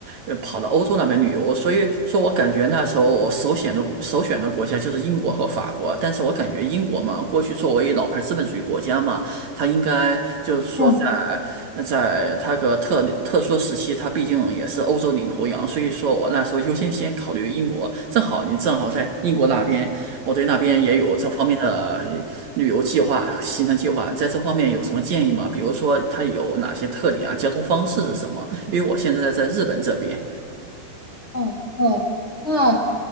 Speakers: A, on the right; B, on the left.
A: 呃，跑到欧洲那边旅游，所以说我感觉那时候我首选的国首选的国家就是英国和法国，但是我感觉英国嘛，过去作为老牌资本主义国家嘛，它应该就是说在在它个特特殊时期，
B: 嗯
A: 它毕竟也是欧洲领头羊，所以说我那时候优先先考虑英国，正好你正好在英国那边。我对那边也有这方面的旅游计划、行程计划，在这方面有什么建议吗？比如说它有哪些特点啊？交通方式是什么？因为我现在在日本这边，
B: 哦哦，那